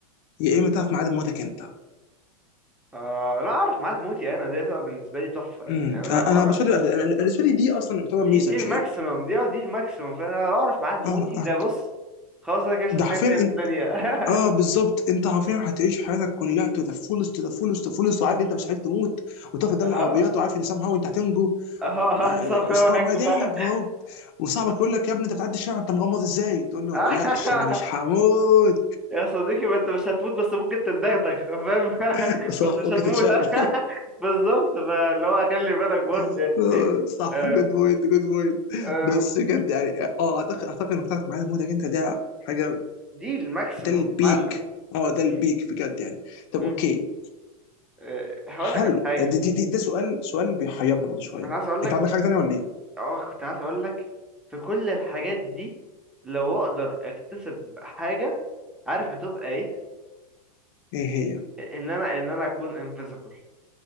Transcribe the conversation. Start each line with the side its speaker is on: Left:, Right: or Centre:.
Left: يا اما تعرف ميعاد موتك انت
Centre: آه لا اعرف ميعاد موتي انا دي هتبقى بالنسبة لي تحفة يعني
Left: امم
Centre: انا
Left: انا
Centre: لو اعرف
Left: بالنسبه لي أنا بالنسبه لي دي اصلا تعتبر
Centre: دي
Left: ميزه
Centre: دي
Left: مش
Centre: الماكسيمم
Left: عيب
Centre: دي اه دي الماكسيمم فانا لو اعرف ميعاد موتي
Left: اه آه.
Centre: ده بص خلاص انا كده مش
Left: ده
Centre: عايز حاجه
Left: حرفيا
Centre: تانيه من
Left: انت
Centre: الدنيا
Left: اه بالظبط انت حرفيا هتعيش حياتك كلها تو ذا فولست تو ذا فولست تو ذا فولست وعارف انت مش هتموت
Centre: <laughs>
Left: وتقف قدام
Centre: اه
Left: العربيات وعارف ان سام هاو انت هتنجو
Centre: اه
Left: اتس
Centre: اه somehow
Left: نوت
Centre: هنجو
Left: ماي داي
Centre: بقى
Left: برو وصاحبك يقول لك يا ابني انت بتعدي الشارع انت مغمض ازاي؟ تقول له
Centre: <laughs>
Left: ما تقلقش انا مش هموت
Centre: يا صديقي ما انت مش هتموت بس ممكن تتدغدغ فاهم <laughs>
Left: <laughs>
Centre: بس
Left: صح
Centre: مش
Left: ممكن
Centre: هتموت
Left: تتشل
Centre: <laughs> بالظبط فاللي هو خلي بالك برضه
Left: <laughs>
Centre: يعني
Left: آه، صح
Centre: آه،
Left: جود بوينت جود بويت
Centre: آه،
Left: بس بجد يعني اه اعتقد اعتقد انك تعرف معايا مودك انت ده حاجه
Centre: دي الماكسيمم
Left: ده البيك
Centre: يا معلم
Left: اه ده البيك
Centre: م-
Left: بجد يعني طب
Centre: م.
Left: اوكي
Centre: آه، هقول
Left: هل
Centre: لك على حاجه
Left: آه، دي دي, دي ده سؤال سؤال بيحيرني برضه شويه
Centre: انا عايز اقول لك
Left: انت عندك حاجه تانيه ولا ايه؟
Centre: اه كنت عايز اقول لك في كل الحاجات دي لو اقدر اكتسب حاجة عارف هتبقى ايه
Left: ايه هي؟
Centre: ان انا ان انا اكون انفيزبل